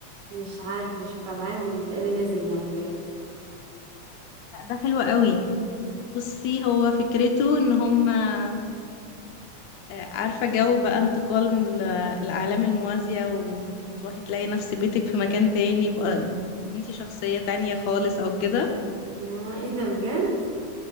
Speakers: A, on the right; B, on the left.
A: مش عارفة مش متابعاهم ال- اللي نزل يعني كده
B: لا، ده حلو قوي بصي هو فكرته ان هم آه، عارفة جو بقى انتقال من ال- العالم الموازية وتروحي تلاقي نفس بيتك في مكان تاني يبقى انتي شخصية تانية خالص او كده
A: اه ايه ده بجد